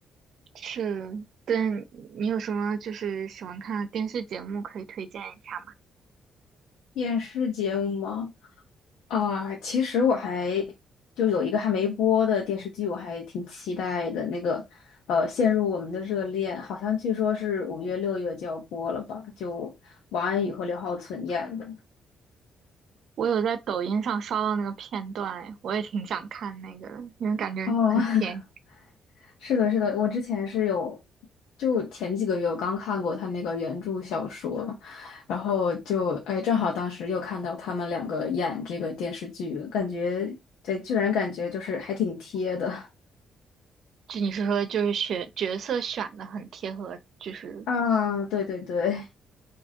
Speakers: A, on the right; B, on the left.
A: 是，但你有什么就是喜欢看的电视节目可以推荐一下吗？
B: 电视节目吗？啊，其实我还就有一个还没播的电视剧，我还挺期待的。那个呃，《陷入我们的热恋》，好像据说是五月、六月就要播了吧？就王安宇和刘浩存演的。
A: 我有在抖音上刷到那个片段，哎，我也挺想看那个的，因为感觉很甜。
B: 哦，<laughs> 是的，是的，我之前是有，就前几个月我刚看过他那个原著小说，然后就哎，正好当时又看到他们两个演这个电视剧，感觉对，居然感觉就是还挺贴的
A: 就你是说就是选角色选的很贴合，就是
B: 啊！<laughs> 对对对。